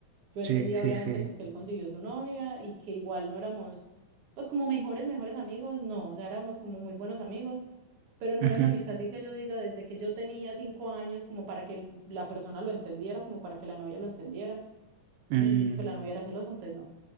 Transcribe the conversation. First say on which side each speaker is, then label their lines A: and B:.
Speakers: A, on the right (about 55°); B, on the right (about 85°).
A: Yo entendía
B: Sí, sí,
A: obviamente
B: sí.
A: pues que él consiguió su novia y que igual no éramos pues como mejores, mejores amigos, no, o sea, éramos como muy buenos amigos, pero no
B: Ujú,
A: era una amistad así que yo diga desde que yo tenía cinco años como para que el- la persona lo entendiera, como para que la novia lo entendiera y
B: mm.
A: pues la novia era celosa, entonces no.